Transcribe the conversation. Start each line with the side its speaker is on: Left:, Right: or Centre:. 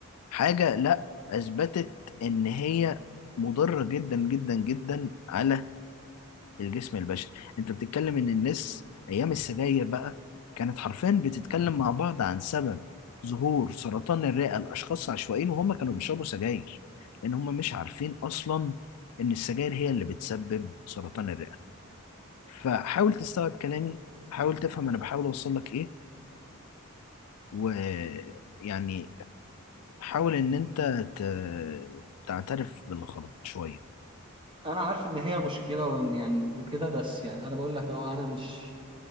Left: حاجة لا أثبتت إن هي مضرة جدا جدا جدا على الجسم البشري انت بتتكلم ان الناس ايام السجاير بقى كانت حرفيا بتتكلم مع بعض عن سبب ظهور سرطان الرئة لاشخاص عشوائيين وهم كانوا بيشربوا سجاير لان هم مش عارفين اصلا ان السجاير هي اللي بتسبب سرطان الرئة فحاول تستوعب كلامي حاول تفهم انا بحاول اوصل لك ايه ويعني حاول ان انت ت... تعترف بالغلط شوية
Right: انا عارف ان هي مشكله وإن يعني وكده بس يعني انا بقول لك اهو انا مش